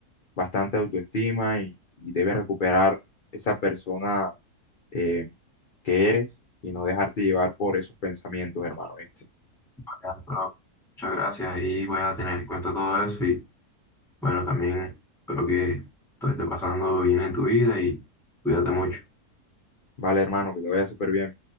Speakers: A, on the left; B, in the centre.
A: bastante autoestima y, y debes recuperar esa persona eh, que eres y no dejarte llevar por esos pensamientos, hermano, este.
B: Vale, bro, muchas gracias y voy a tener en cuenta todo eso y bueno, también espero que todo esté pasando bien en tu vida y cuídate mucho.
A: Vale, hermano, que te vaya súper bien.